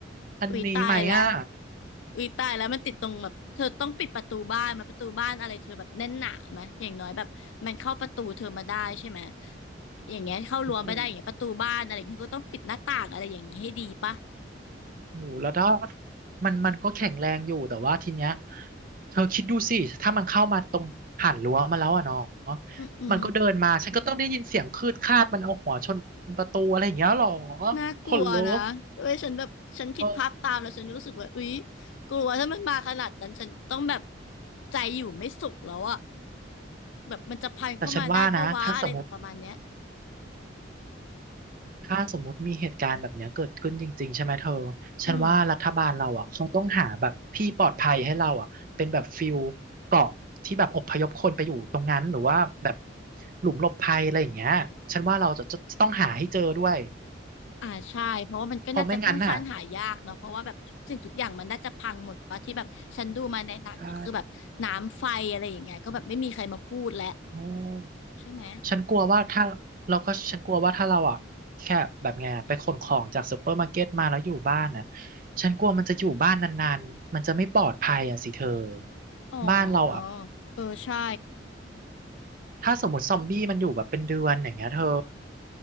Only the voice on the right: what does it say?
อันนี้ไหมอ่ะ
โอ้โหหมูแล้วทอดมันมันก็แข็งแรงอยู่แต่ว่าทีเนี้ยเธอคิดดูสิ ถ้ามันเข้ามาตรงผ่านรั้วมาแล้วอ่ะเนาะ
มันก็เดินมาฉันก็ต้องได้ยินเสียงคืดคาดมันเอาหัวชนประตูอะไรอย่างเงี้ยหรอ
ขนลุกเออ
แต่ฉันว่านะถ้าสมมติ ถ้าสมมุติมีเหตุการณ์แบบเนี้ยเกิดขึ้นจริงๆใช่ไหมเธอ
ฉันว่ารัฐบาลเราอ่ะเขาต้องหาแบบที่ปลอดภัยให้เราอ่ะเป็นแบบฟิลเกาะที่แบบอพยพคนไปอยู่ตรงนั้นหรือว่าแบบหลุมหลบภัยอะไรอย่างเงี้ยฉันว่าเราจะจะจะต้องหาให้เจอด้วย
เพราะไม่งั้นน่ะใช่เออ
ฉันกลัวว่าถ้าเราก็ฉันกลัวว่าถ้าเราอ่ะแค่แบบไงอะไปขนของจากซูเปอร์มาร์เก็ตมาแล้วอยู่บ้านน่ะฉันกลัวมันจะอยู่บ้านนานๆมันจะไม่ปลอดภัยอ่ะสิเธอ
บ้านเราอ่ะ
ถ้าสมมติซอมบี้มันอยู่แบบเป็นเดือนอย่างเงี้ยเธอ